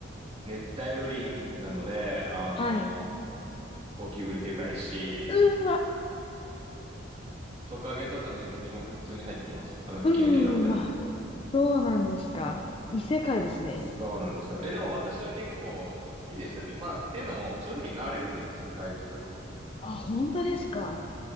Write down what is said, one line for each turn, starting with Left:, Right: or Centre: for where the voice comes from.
Right: 熱帯雨林なので、あの、
Left: はい。
Right: ゴキブリでかいし、
Left: うーわ、
Right: トカゲとかのネズミも普通に入ってきます。あの、吹き抜けなので。
Left: うーわ、そうなんですか。異世界ですね。
Right: そうなんですよ。え、でも私は結構好きでしたね。まあ、っていうのも、正直慣れるんですよ、そういう害虫とかも。
Left: あ、本当ですか